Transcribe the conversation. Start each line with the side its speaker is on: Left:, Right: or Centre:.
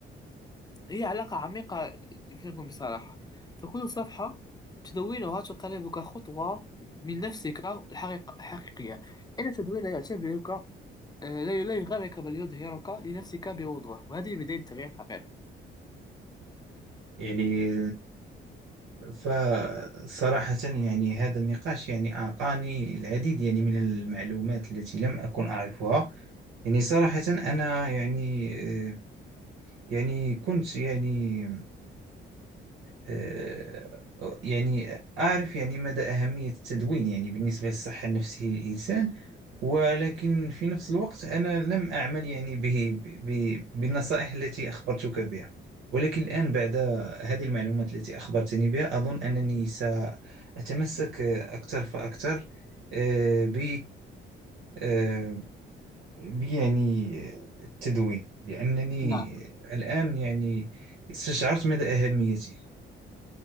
Left: هي علاقة عميقة يمكن نكون بصراحة فكل صفحة تدونها تقربك خطوة من نفسك الحقيقة الحقيقية إن التدوين لا يعتبرك آه، لا لا يغرك بل يظهرك لنفسك بوضوح وهذه بداية التغيير الحقيقي
Right: يعني فصراحة يعني هذا النقاش يعني أعطاني العديد يعني من المعلومات التي لم أكن أعرفها يعني صراحة أنا يعني آه، يعني كنت يعني آه، يعني أعرف يعني مدى أهمية التدوين يعني بالنسبة للصحة النفسية للإنسان ولكن في نفس الوقت أنا لم أعمل يعني به ب- بالنصائح التي أخبرتك بها ولكن الآن بعد هذه المعلومات التي أخبرتني بها أظن أنني سأتمسك أكثر فأكثر آه، ب آه، ب- يعني التدوين لأنني
Left: نعم
Right: الآن يعني استشعرت مدى أهميته